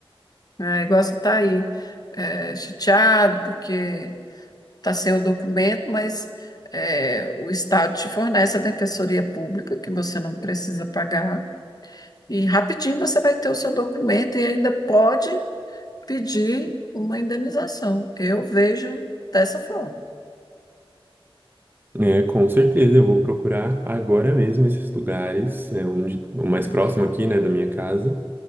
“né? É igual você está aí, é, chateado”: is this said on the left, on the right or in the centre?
Left